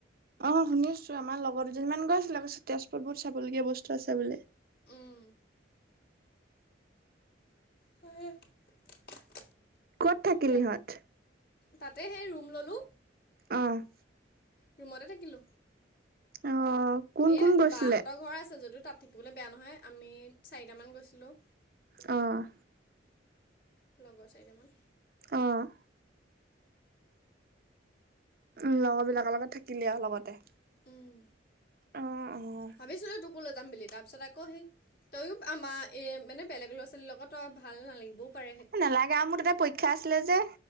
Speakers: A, on the right (about 50°); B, on the left (about 50°).
A: অ', শুনিছো আমাৰ লগৰ দুজনীমান গৈছিলে পিছে তেজপুৰত বহুত চাবলগীয়া বস্তু আছে বোলে।
B: উম, <unintelligible>
A: ক'ত থাকিল
B: সেই
A: ইহঁত।
B: তাতে সেই ৰুম ল'লো।
A: অ'।
B: ৰুমতে থাকিলো,
A: অ', কোন
B: এ
A: কোন গৈছিলে?
B: বাহঁতৰ ঘৰ আছে যদিও তাত থাকিবলে বেয়া নহয় আমি চাৰিটামান গৈছিলোঁ।
A: অ'।
B: লগৰ চাৰিটামান।
A: অ'। উম, লগৰবিলাকৰ লগত থাকিলি আও লগতে।
B: উম,
A: অ', অ'।
B: ভাবিছিলো তোকো লৈ যাম বুলি। তাৰপিছত আকৌ সেই তইও আমাৰ এ মানে বেলেগ ল'ৰা ছোৱালীৰ লগত তই ভাল নালাগিবও পাৰে
A: এই নালাগে আৰু মোৰ তাতে পৰীক্ষা আছিলে যে।